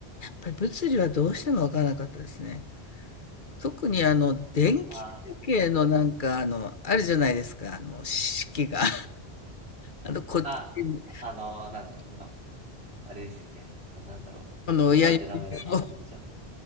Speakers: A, on the left (about 50°); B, on the right (about 75°).
A: ぱり物理はどうしても分からなかったですね。特にあの、電気関係のなんかあの、
B: ああ、うん。
A: あるじゃないですか、あの、式が。<laughs> あの、こっちに、
B: あ、あの、なんだろう、ま、あれですよね。ななんだろ
A: あの、親指
B: う。なんて名前だったか忘れちゃった
A: を、